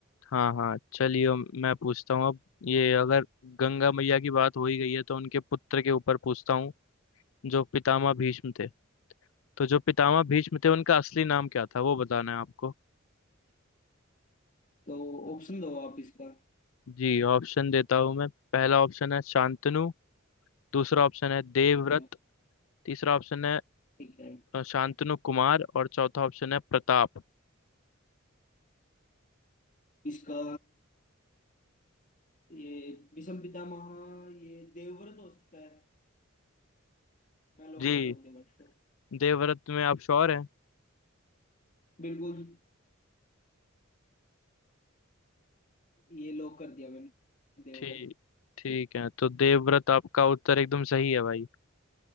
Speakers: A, on the left; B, on the left.
A: हाँ हाँ चलिए मैं पूछता हूँ अब ये अगर गंगा मैया की बात हो ही गई है तो उनके पुत्र के ऊपर पूछता हूँ जो पितामह भीष्म थे तो जो पितामह भीष्म थे उनका असली नाम क्या था वो बताना है आपको
B: तो ऑप्शन दो आप इसका
A: जी ऑप्शन देता हूँ मैं पहला ऑप्शन है शांतनु दूसरा ऑप्शन है देवव्रत
B: ठीक है
A: तीसरा ऑप्शन है
B: ठीक है
A: अ, शांतनु कुमार और चौथा ऑप्शन है प्रताप
B: इसका ये विषम पितामह ये देवव्रत हो सकता है मैं लॉक
A: जी
B: कर रहा हूँ देवव्रत को
A: देवव्रत में आप श्योर हैं
B: बिल्कुल ये लॉक कर दिया मैंने देवव्रत
A: ठीक ठीक है तो देवव्रत आपका उत्तर एकदम सही है भाई